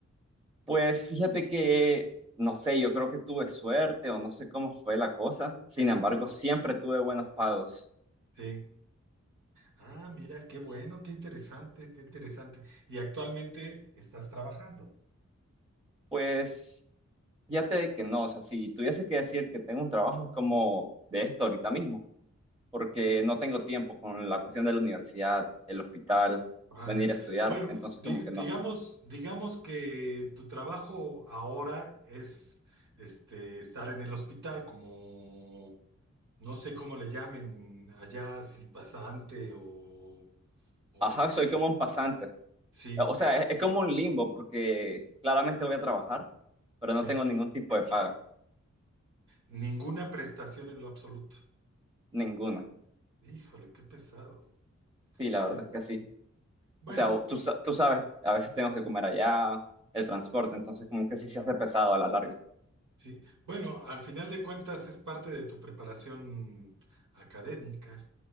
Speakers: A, on the right (about 15°); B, on the right (about 80°).
A: Pues fíjate que, no sé, yo creo que tuve suerte o no sé cómo fue la cosa. Sin embargo, siempre tuve buenos pagos.
B: Sí. Ah, mira, qué bueno, qué interesante, qué interesante. ¿Y actualmente estás trabajando?
A: Pues fíjate que no, o sea, si tuviese que decir que tengo un trabajo, es como de esto ahorita mismo. porque no tengo tiempo con la cuestión de la universidad, el hospital,
B: Vaya.
A: venir a estudiar,
B: Bueno,
A: entonces
B: di-
A: como que
B: digamos,
A: no.
B: digamos que tu trabajo ahora es este estar en el hospital como no sé cómo le llamen allá, si pasante o, o
A: Ajá,
B: este.
A: soy como un pasante.
B: Sí,
A: O sea, es, es como un limbo porque claramente voy a trabajar, pero
B: sí.
A: no tengo ningún tipo de paga,
B: Ninguna prestación en lo absoluto.
A: ninguna.
B: Híjole, qué pesado.
A: Sí, la
B: Qué...
A: verdad es que sí.
B: Bueno,
A: O sea, tú, sa- tú sabes, a veces tengo que comer allá, el transporte,
B: sí.
A: entonces como que sí se hace pesado a la larga.
B: sí. Bueno, al final de cuentas es parte de tu preparación académica.